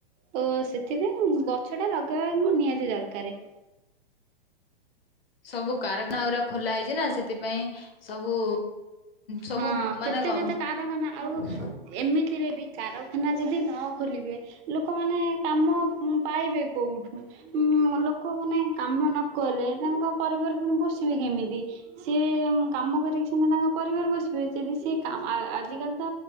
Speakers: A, on the right; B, on the left.
A: ତ ସେଥିପାଇଁ ଗଛ ଟା ଲଗେଇବା କି ନିହାତି ଦରକାରେ।
B: ସବୁ କାରଖାନା ଗୁରା ଖୋଲା ହେଇଛି ନା ସେଥିପାଇଁ ସବୁ ସବୁ
A: ହଁ
B: ମାନେ
A: କେତେ
B: କଣ
A: କେତେ କାରଖାନା ଆଉ ଏମିତିରେ ବି କାରଖାନା ଯଦି ନ ଖୋଲିବେ ଲୋକମାନେ କାମ ଉ ପାଇବେ କୋଉଠୁ? ଉଁ ଲୋକମାନେ କାମ ନ କଲେ ତାଙ୍କ ପରିବାର ପୁଣି ପୁଷିବେ କେମିତି। ସିଏ କାମ କରିକି ସିନା ତାଙ୍କ ପରିବାର ପୁ ଯଦି ସିଏ କାମ ଆ ଆଜିକାଲି ତ